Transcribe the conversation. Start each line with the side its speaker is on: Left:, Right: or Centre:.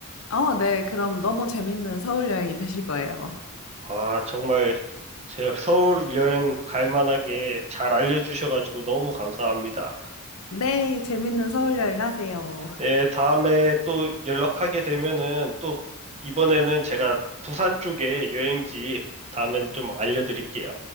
Left: 어, 네. 그럼 너무 재밌는 서울 여행이 되실 거예요.
Right: 아 정말 제가 서울 여행 갈 만하게 잘 알려주셔가지고 너무 감사합니다.
Left: 네, 재밌는 서울 여행 하세요.
Right: 예, 다음에 또 연락하게 되면은 또 이번에는 제가 부산 쪽에 여행지 다음엔 좀 알려드릴게요.